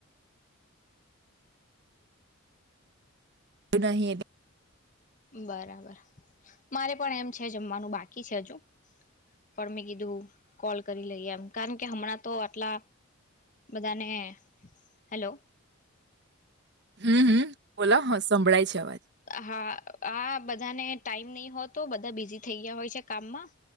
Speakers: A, on the right; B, on the left.
A: નહી એટલે
B: બરાબર મારે પણ એમ છે જમવાનું બાકી છે હજુ પણ મેં કીધું કોલ કરી લઈએ એમ કારણ કે હમણાં તો આટલા બધાને હેલો
A: હમ હમ બોલો સંંભળાય છે. અવાજ
B: હા આ બધાને ટાઈમ નહી હો તો બધા બિઝી થઈ ગયા હોય છે કામમાં